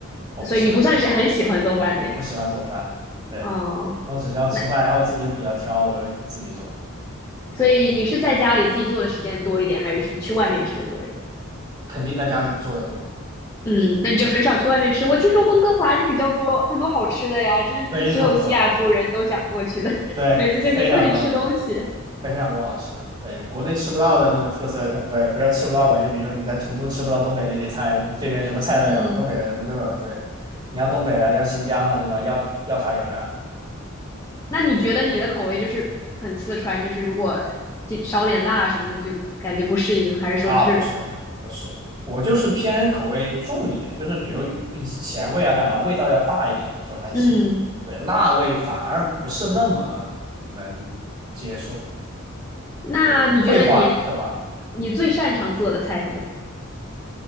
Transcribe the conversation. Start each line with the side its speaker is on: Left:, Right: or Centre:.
Right: 我不喜欢做饭，
Left: 所以你不算是很喜欢做饭那种。
Right: 我不喜欢做饭。对，
Left: 哦，
Right: 我只是要吃饭，
Left: 那
Right: 然后我自己又比较挑，我就自己做，
Left: 所以你是在家里自己做的时间多一点，还是去外面吃的多一点？
Right: 肯定在家里做的多，
Left: 嗯，那你就很少去外面吃。我听说温哥华是比较多很多好吃的呀，就是这是所有西雅图人都想过去的，
Right: 非常多，
Left: <laughs>
Right: 对，
Left: 每次就是过去吃东西。
Right: 非常多，非常多好吃的。对你国内吃不到的那种特色，可不是不是吃不到吧？就比如说你在成都吃不到东北那些菜，这边什么菜都有，
Left: 嗯，
Right: 东北的什么都有。对，你要东北的，要新疆的，对吧？要要啥有啥。
Left: 那你觉得你的口味就是很四川，就是如果这少点辣什么的，你就感觉不适应，还是说就是
Right: 啊，不是不是，我就是偏口味重一点，就是比如一咸味啊，干嘛味道要大一点的就还行。
Left: 嗯？
Right: 对，辣味反而不是那么能接受，
Left: 那你觉得你
Right: 对，退化了，退化了，
Left: 你最擅长做的菜是什么？